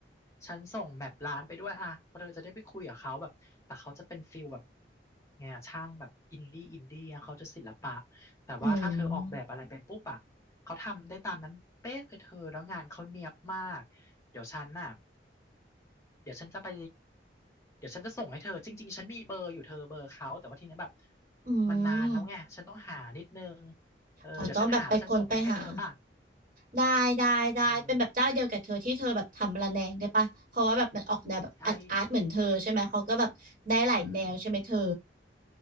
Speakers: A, on the left (about 15°); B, on the right (about 50°).
A: ฉันส่งแมปร้านไปด้วยอ่ะเพราะเธอจะได้ไปคุยกับเขาแบบแต่เขาจะเป็นฟิลแบบไงอะช่างแบบอินดี้อินดี้อะเขาจะศิลปะแต่ว่าถ้าเธอออกแบบอะไรเป็นปุ๊บอ่ะเขาทำได้ตามนั้นเป๊ะเลยเธอแล้วงานเขาเนียบมากเดี๋ยวฉันน่ะ
B: อืม
A: เดี๋ยวฉันจะไปเดี๋ยวฉันจะส่งให้เธอจริงๆฉันมีเบอร์อยู่เธอเบอร์เขาแต่ว่าทีเนี้ยแบบ
B: อื
A: มันนานแล้วไงฉันต้องหานิดนึง
B: ม
A: เออเดี๋ยวฉันหาแล้วฉันส่งไปให้เธอป่ะ
B: อ๋อต้องแบบไปคนไปหาได้ได้ได้เป็นแบบเจ้าเดียวกับเธอที่เธอแบบทำระแนงได้ปะเพราะว่าแบบมันออกแนวแบบอาร์ตอาร์ตเหมือนเธอใช่ไหมเขาก็แบบได้หลายแนวใช่ไหมเธอ
A: เออใช่อืม